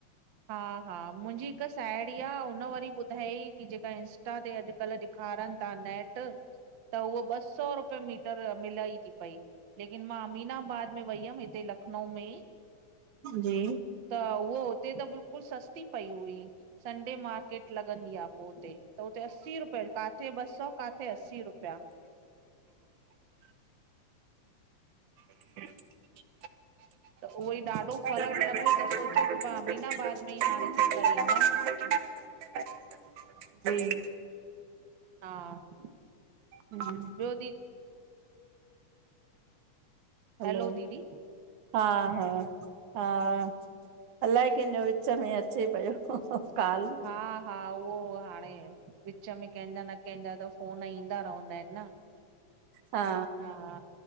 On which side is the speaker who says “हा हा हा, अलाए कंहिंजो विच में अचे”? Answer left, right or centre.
Right